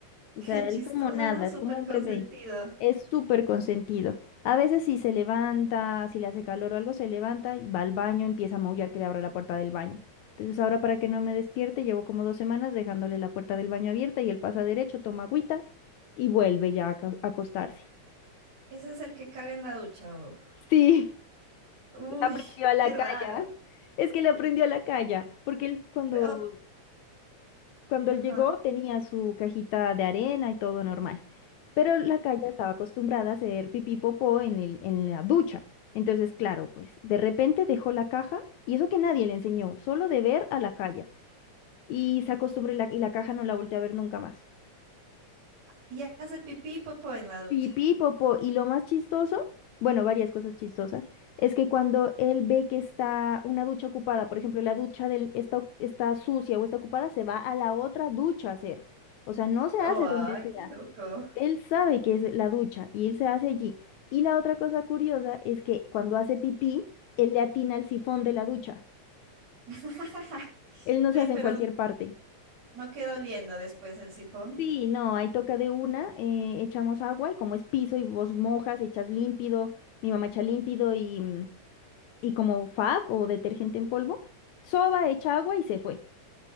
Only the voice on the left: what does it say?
O
sea,
él como nada,
es como un
bebé. Es súper consentido. A veces si se levanta, si le hace calor o algo, se levanta y va al baño, empieza a maullar que le abra la puerta del baño. Entonces ahora para que no me despierte, llevo como dos semanas dejándole la puerta del baño abierta y él pasa derecho, toma agüita y vuelve ya a acos- a acostarse.
Sí, <laughs>
le aprendió a la
calle. Es que le aprendió a la calle, porque él cuando
Cuando
él llegó tenía su cajita de arena y todo normal, pero la calle estaba acostumbrada a hacer pipí popó en el, en la ducha. Entonces, claro, pues de repente dejó la caja y eso que nadie le enseñó, solo de ver a la calle. Y se acostumbró y la, y la caja no la volteó a ver nunca más.
Pipí popó. Y lo más chistoso, bueno, varias cosas chistosas, es que cuando él ve que está una ducha ocupada, por ejemplo, la ducha del, está, está sucia o está ocupada, se va a la otra ducha a hacer. O sea, no se
hace
donde sea.
Él sabe que es la ducha y él se hace allí. Y la otra cosa curiosa es que cuando hace pipí, él le atina al sifón de la ducha.
Él no
se hace
en cualquier
parte.
Sí, no, ahí toca de una, eh, echamos agua y como es piso y vos mojas, echas límpido, mi mamá echa límpido y, mm, y como fab o detergente en polvo, soba, echa agua y se fue.